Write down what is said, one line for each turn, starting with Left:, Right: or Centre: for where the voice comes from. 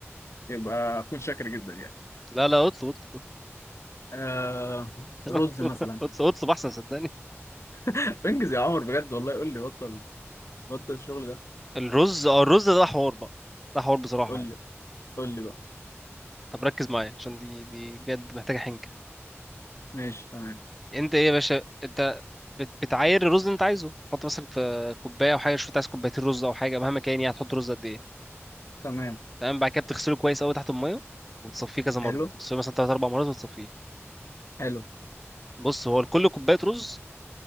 Left: يبقى اكون شاكر جدا يعني
Centre: لا لا اطلب اطلب
Left: آه
Centre: اطلب
Left: رز
Centre: <laughs>
Left: مثلا
Centre: اطلب اطلب احسن صدقني
Left: <laughs> انجز يا عمر بجد والله قول لي بطل بطل الشغل ده
Centre: الرز اه الرز ده حوار بقى ده حوار بصراحه
Left: قول
Centre: يعني
Left: لي قول لي بقى
Centre: طب ركز معايا عشان دي دي بجد محتاجه حنكه
Left: ماشي تمام
Centre: انت ايه يا باشا انت بت- بتعاير الرز اللي انت عايزه تحط مثلا في كوبايه او حاجه شوف انت عايز كوبايتين رز او حاجه مهما كان يعني هتحط رز قد ايه
Left: تمام
Centre: تمام بعد كده بتغسله كويس قوي تحت الميه وتصفيه كذا مره
Left: حلو
Centre: تغسله مثلا ثلاث اربع مرات وتصفيه
Left: حلو
Centre: بص هو لكل كوبايه رز